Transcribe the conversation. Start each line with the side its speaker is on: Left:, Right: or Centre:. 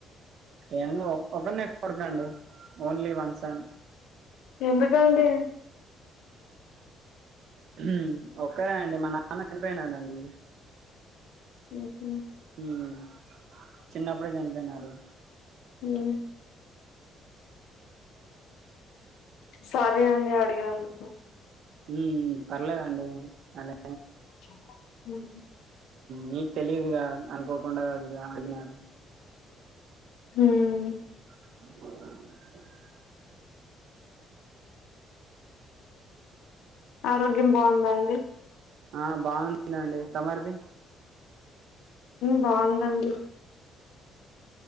Right: ఎ ఒకరిని కోడుకండి ఓన్లీ వన్స్న్
Left: ఎంధుక్ అండీ
Right: ఉమ్ ఒక్కరే అండి మా నాన్న చనిపోయిననండి
Left: ఉహుమ్
Right: ఉమ్ చిన్నప్పుడే చనిపోయినారు
Left: హ్మ్ సారీ అండి అడిగినందుకు
Right: హ్మ్ మ్మ్ పర్లేదండి అలా
Left: చె ఊహూ
Right: నీకు తెలీదుగా అనుకోకుండా అది అడిగినారు
Left: హ్మ్
Right: బ
Left: ఆరోగ్యం బావుందా అండి
Right: ఆ బావుందిందండి తమరిది
Left: బావుందండి